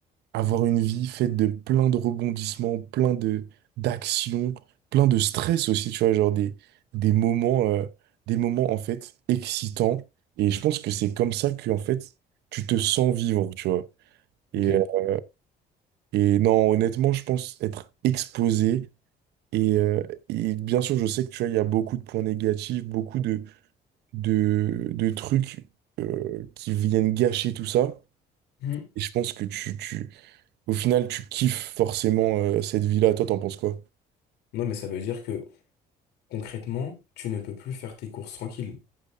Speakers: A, on the right; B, on the left.
A: avoir une vie faite de plein de rebondissements, plein de d'actions, plein de stress aussi, tu vois, genre des, des moments, euh, des moments en fait excitants. Et je pense que c'est comme ça que en fait tu te sens vivre, tu vois. Et,
B: ok.
A: euh, et non, honnêtement, je pense être exposé. Et, euh, et bien sûr, je sais que tu vois, il y a beaucoup de points négatifs, beaucoup de, de, de trucs euh, qui viennent gâcher tout ça.
B: Mhm.
A: Et je pense que tu, tu, Au final, tu kiffes forcément euh, cette vie-là. Toi, t'en penses quoi?
B: Non, mais ça veut dire que concrètement, tu ne peux plus faire tes courses tranquille.